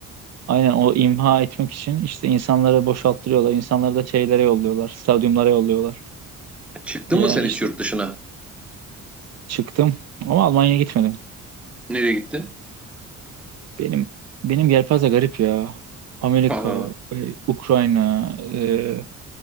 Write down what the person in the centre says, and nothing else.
Çıktın
mı sen
hiç yurt dışına?
Nereye gittin?
<laughs> Allah Allah.